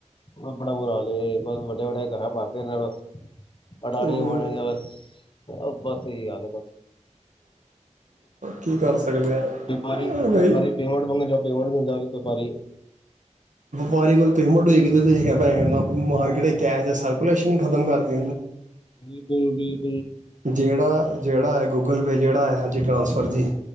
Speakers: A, on the left; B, on the right.
A: ਬਸ ਬੜਾ ਬੁਰਾ ਹਾਲ ਐਂ, ਬਸ ਵੱਡੇ ਵੱਡੇ ਘਰ ਭਰਦੇ ਨੇਂ ਬਸ। ਅਟਾਣੀਆਂ
B: ਹੂੰ
A: ਬਾਣੀਆਂ ਬਸ। ਉਹ ਬਸ ਇਹੀ ਹਾਲ ਐਂ।
B: ਕੀ ਕਰ ਸਕਦੇ ਆ
A: ਵਪਾਰੀ
B: ਬਈ
A: ਪੇਮੈਨਟ ਮੰਗਦਾਂ, ਪੇਮੈਨਟ ਨੀਂ ਦਿੰਦਾ ਬਈ। ਵਪਾਰੀ।
B: ਵਪਾਰੀ ਕੋਲ ਪੇਮੈਂਟ ਹੋਈ ਗੀ ਤੇ ਮੈਂ ਕੀ ਕਿਹਾਂ ਨਾਂ ਮਾਰਕਿਟ
A: ਹਾਂ
B: ਕੈਸ਼ ਦਾ ਸਰਕੂਲੇਸ਼ਨ ਹੀ ਖ਼ਤਮ ਕਰ <inaudible>
A: <inaudible>
B: ਜਿਹੜਾ ਜਿਹੜਾ ਹੈ ਗੂਗਲ ਪੇ ਜਿਹੜਾ ਹੈ ਹਾਂਜੀ ਟਰਾਂਸਫਰ ਜੀ।